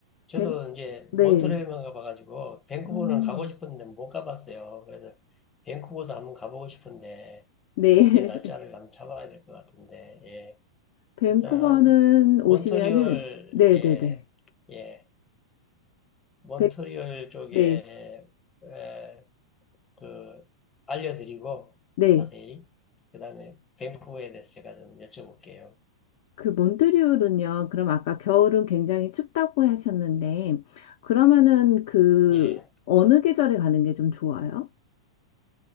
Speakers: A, on the left (about 20°); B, on the left (about 50°).
A: 저도
B: 밴,
A: 이제
B: 네.
A: 몬트레일만 가봐가지고 밴쿠버는
B: 음.
A: 가고 싶었는데 못 가봤어요. 그래서 밴쿠버도 한번 가보고 싶은데
B: 네.
A: 언제 날짜를
B: <laughs>
A: 한번 잡아야 될 것 같은데 예.
B: 밴쿠버는
A: 일단 몬트리올
B: 오시면은 네네네.
A: 예, 예, 몬트리올
B: 밴,
A: 쪽에
B: 네.
A: 에, 그 알려드리고
B: 네.
A: 자세히 그다음에 밴쿠버에 대해서 제가 좀 여쭤볼게요.
B: 그 몬트리올은요. 그럼 아까 겨울은 굉장히 춥다고 하셨는데 그러면은 그
A: 예,
B: 어느 계절에 가는 게 좀 좋아요?